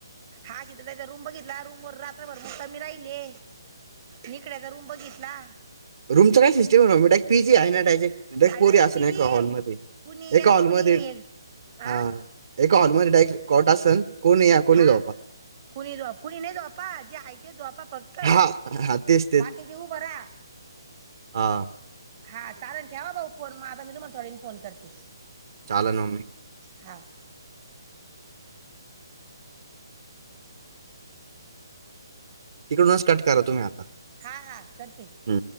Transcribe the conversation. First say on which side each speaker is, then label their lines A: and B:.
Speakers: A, on the right; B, on the right.
A: हा शितलताई चा रूम बघितला रूम वर रात्रभर मुक्कामी राहिले. निकड्याचा रूम बघितला.
B: रूमच काय सिस्टम ये मम्मी पीजी आहे ना. <unintelligible> देख
A: अरे
B: पोरी
A: डायरेक्ट
B: अस
A: पीजी
B: नाहीका
A: आहे
B: हॉलमध्ये
A: कुणी या
B: एका
A: न
B: हॉलमध्ये
A: कुणी येईल
B: हा!
A: आ
B: एका हॉलमल डाईक खोटं असन, कोणी या कोणी
A: हा
B: झोपा,
A: कुणी जा कुणी नाही झोपा जेहाय ते झोपा फ क्त
B: हां, हां. तेच,
A: बाकीची उभरहा,
B: हा,
A: हा चाललं ठेवा भाऊ फोन, म -मी आता तुम्हाला थोडावेळनी फोन करते.
B: चला <unintelligible>
A: हा,
B: तिकडूनच कट करा तुम्ही,
A: हा, हा करते.
B: हं.